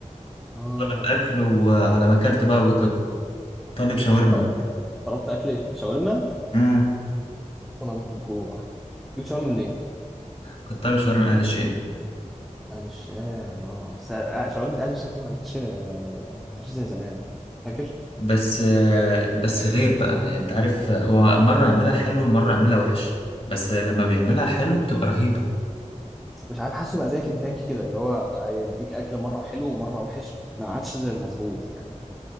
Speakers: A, in the centre; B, on the left.
A: اه
B: طالب اكل وعلى ما اكلت بقى قلت لكم طالب شاورما
A: طلبت طلبت اكل شاورما
B: امم
A: اصل انا هموت من الجوع جبت شاورما منين
B: كنت طالب شاورما اهل الشام
A: اهل الشام اه س- آه، شاورما اهل الشام دي ما عادتش آه، ما عادتش زي زمان فاكر
B: بس آه، بس غير بقى يعني انت عارف آه، هو مره يعملها حلو ومره يعملها وحش بس آه، لما بيعملها حلو بتبقى رهيبه
A: مش عارف حاسه بقى زي كنتاكي كده اللي هو بقى يديك اكل مره حلو ومره وحش ما عادش زي المظبوط يعني